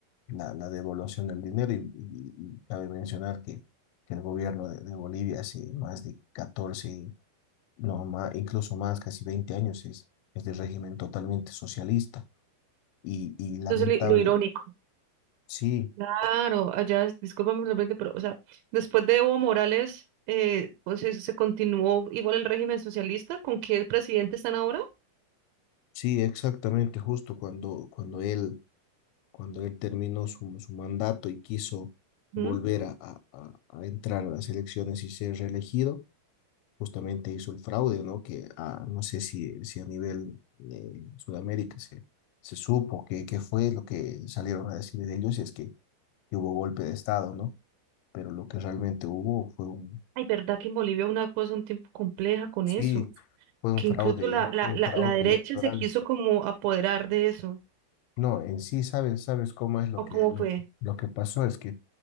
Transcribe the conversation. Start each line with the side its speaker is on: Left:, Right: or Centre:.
Left: la, la devaluación del dinero y, y- y cabe mencionar que, que el gobierno de, de Bolivia hace más de catorce no, más, incluso más, casi 20 años es, es de régimen totalmente socialista y, y lamentable.
Right: Entonces, lo, lo irónico.
Left: Sí,
Right: Claro, allá, discúlpame por repente, pero, o sea, después de Evo Morales, eh, pues se, se continuó igual el régimen socialista, ¿con qué presidente están ahora?
Left: sí, exactamente, justo cuando, cuando él, cuando él terminó su, su mandato y quiso
Right: ¿Mm?
Left: volver a, a a- a entrar a las elecciones y ser reelegido justamente hizo el fraude, ¿no? Que ah, no sé si, si a nivel eh, Sudamérica se, se supo que, que fue lo que salieron a decir de ellos, y es que, que hubo golpe de Estado, ¿no? Pero lo que realmente hubo fue un,
Right: Ay, verdad que en Bolivia una cosa un tiempo compleja con
Left: sí,
Right: eso,
Left: fue un
Right: que
Left: fraude,
Right: incluso la, la,
Left: fue un
Right: la,
Left: fraude
Right: la derecha
Left: electoral.
Right: se quiso como apoderar de eso,
Left: No, en sí, ¿sabes, sabes cómo es lo
Right: ¿o
Left: que,
Right: cómo
Left: lo,
Right: fue?
Left: lo que pasó? Es que